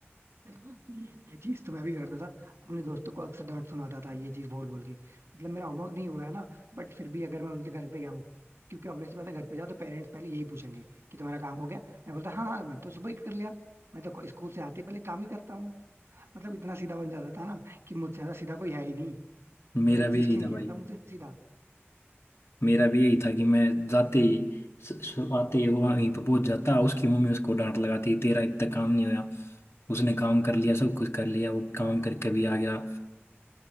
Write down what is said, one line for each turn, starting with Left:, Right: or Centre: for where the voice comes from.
Right: ये, ये चीज तो मैं भी करता था अपने दोस्तों को अक्सर डांट सुनाता था ये चीज बोल बोल के मतलब मेरा होमवर्क नहीं हुआ है ना बट फिर भी अगर मैं उनके घर पे गया हूँ क्योंकि ऑब्वियसली बात है घर पे जाओ तो पेरेंट्स पहले यही पूछेंगे कि तुम्हारा काम हो गया मैं बोलता हाँ हाँ मैं तो सुबह ही कर लिया मैं तो स्कूल से आते ही पहले काम ही करता हूँ मतलब इतना सीधा बन जाता था ना कि मुझसे ज्यादा सीधा कोई है ही नहीं
Left: मेरा
Right: कोई एग्जिस्ट
Left: भी यही
Right: ही नहीं
Left: था भाई
Right: करता मुझसे सीधा
Left: मेरा भी यही था कि मैं जाते ही स- स- आते ही वहीं पर पहुंच जाता उसकी मम्मी उसको डांट लगाती तेरा इतना काम नहीं हुआ उसने काम कर लिया सब कुछ कर लिया वो काम करके भी आ गया